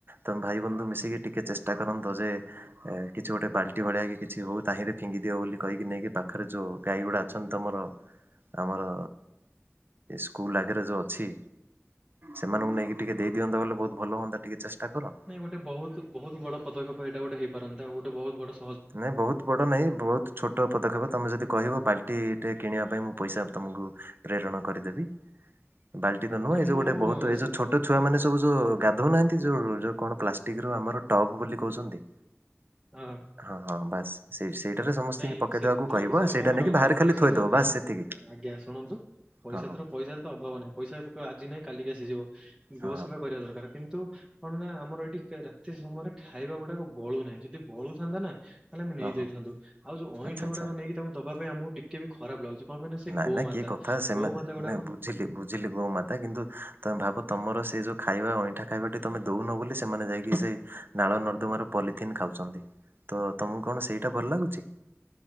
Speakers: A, on the right; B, in the centre.
A: ତମେ ଭାଇ ବନ୍ଧୁ ମିଶିକି ଟିକିେ ଚେଷ୍ଟା କରନ୍ତ ଯେ ଏ କିଛି ଗୋଟେ ବାଲ୍ଟି ଭଳିଆ କି କିଛି ହଉ ତାହିଁରେ ଫିଙ୍ଗି ଦିଅ ବୋଲି କହିକି ନେଇକି ପାଖରେ ଯୋଉ ଗାଈ ଗୁଡା ଅଛନ୍ତି ତମର? ଆମର ସ୍କୁଲ ଆଗରେ ଯୋଉ ଅଛି। ସେମାନଙ୍କୁ ନେଇକି ଟିକେ ଦେଇ ଦିଅନ୍ତ ବୋଇଲେ ବହୁତ ଭଲ ହୁଅନ୍ତା ଟିକେ ଚେଷ୍ଟା କର।
B: ନାଇଁ ଗୋଟେ ବହୁ ବହୁତ ବଡ ପଦକ୍ଷେପ ଏଇଟା ଗୋଟେ ହେଇପାରନ୍ତା ଗୋଟେ ଭଉତୁ ବଡ଼
A: ନାଇଁ ବହୁତ ବଡ ନାଇଁ ବହୁତ ଛୋଟ ପଦକ୍ଷେପ ତମେ ଯଦି କହିବ ବାଲ ସେ ଟେ କିଣିବା ପାଇଁ ମୁଁ ପଇସା ତମକୁ ପ୍ରେରଣ କରିଦେବି। ବାଲଟି ତୁହେଁ
B: ନାଇଁ
A: ଏଯୋଉଁ
B: ମୁଁ
A: ବହୁତ ଯଉ ଛୋଟ
B: ସେ
A: ଛୋଟ ଛୁଆ ମାନେ ସବୁ ଯୋଉ ଗାଧଉନାହାନ୍ତି ଯୋଉ ଯୋଉ କଣ ପ୍ଲାଷ୍ଟିକ ର ଆମର ଟପ୍ ବୋଲି କହୁଛନ୍ତି?
B: ହଁ।
A: ହଁ ହଁ ବାସ୍। ସେ ସେଇଟାରେ ସମସ୍ତଙ୍କୁ
B: ନାଇଁ
A: ପକେଇଦବାକୁ
B: ସେଥିର
A: କହିବ
B: କିଛି ଅଭାବ
A: ସେଇଟା ନେଇକି
B: ରହିବନି
A: ବାହାରେ ଖାଲି
B: ପଇସା
A: ଥୋଇଦବ
B: ତ
A: ବାସ ସେତିକି।
B: ଆଜ୍ଞା ଶୁଣନ୍ତୁ ପଇସା
A: ହଁ ହଁ
B: ତର ପଇସାରେ ତ ଅଭାବ ନାହିଁ ପଇସା ଆଜି ନାହିଁ କାଲିକି ଆସିଯିବ
A: ହଁ
B: ଗୋ ସେବା କରିବା ଦରକାର କିନ୍ତୁ କଣ ନା ଆମର ଏଇଠି ରାତି ସମୟରେ ଖାଇବା ଗୁଡାକ ବଳୁ ନାହିଁ ଯଦି ବଳୁଥାନ୍ତା ନା ତାହେଲେ ଆମେ
A: ହଁ
B: ନେଇଯାଇଥାନ୍ତୁ।
A: ହଁ ହଁ
B: ଆଉ ଯଉ ଅଁଇଠା
A: ଆଚ୍ଛା ଆଚ୍ଛା
B: ଗୁଡାକ ନେଇକିତାଙ୍କୁ ଦବା ପାଇଁ ଆମକୁ କେବେ ବି ଖରାପ ଲାଗୁଛି କଣ ପାଇଁ ନା ସେ
A: ନାଇଁ
B: ଗୋମାତା
A: ନାଇଁ କି କଥା ସେମାନେ
B: ଗୋମାତା ଗୁଡାକ
A: ନାଇଁ ବୁଝିଲି ବୁଝିଲି ଗୋ ମାତା କିନ୍ତୁ ତମେ ଭାବ ତମର ସେଇ ଯୋଉ ଖାଇବା ଅଇଁଠା ଖାଇବା ତମେ ଦଉନ ବୋଲି ସେମାନେ ଯାଇକି ସେ ନାଳ ନର୍ଦ୍ଦୁମାରୁ ପଲିଥିନ୍ ଖାଉଛନ୍ତି। ତ ତମକୁ କଣ ସେଇଟା ଭଲ ଲାଗୁଛି?